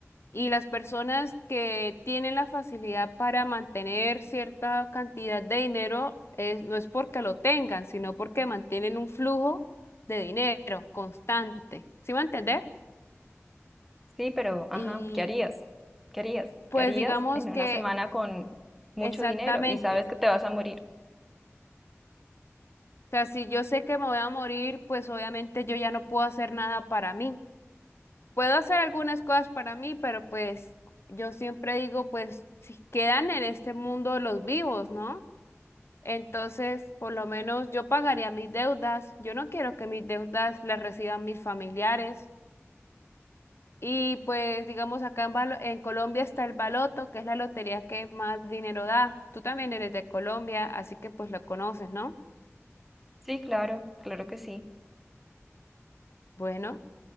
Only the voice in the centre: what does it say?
Sí, pero, ajá,
¿qué harías? ¿Qué harías?
¿Qué harías
en una
semana con mucho
dinero y sabes que te vas a morir?
Sí, claro, claro que sí.